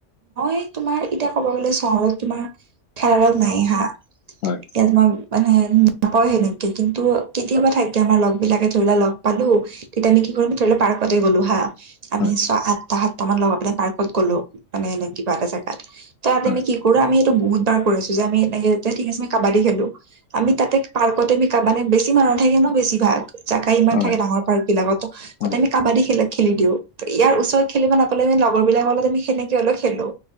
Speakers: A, on the right (about 50°); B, on the left (about 65°).
A: মই তোমাৰ এতিয়া ক'ব গ'লে চহৰত তোমাৰ খেলা লগ নাই হা,
B: হয়
A: এয়াত মই, মানে নাপাওঁ সেনেকে কিন্তু কেতিয়াবা থাকে আমাৰ লগ বিলাকে ধৰিল লোৱা লগ পালো। তেতিয়া আমি কি কৰো ধৰিলো পাৰ্কতে গলো হা, আমি
B: হয়
A: চোৱা আঠটা সাতটা মান লগ হৈপেলে পাৰ্কত গলো মানে এ কিবা এটা জাগাত তাত
B: হয়
A: আমি কি। সৰু আমি এইটো বহুত বাৰ কৰি আছো যে আমি এনে ঠিক আছে কাবাডী খেলো। আমি তাতে পাৰ্কতে মানে বেছি মানুহ নথাকে ন বেছিভাগ, জাগা ইমান
B: হয়
A: থাকে ডাঙৰ পাৰ্ক বিলাকতো তাতে
B: হয়
A: আমি কাবাডী খেলে, খেলি দিও ইয়াৰ ওচৰত খেলিব নাপালে লগৰ বিলাকৰ লগত আমি সেনেকে হলো খেলো।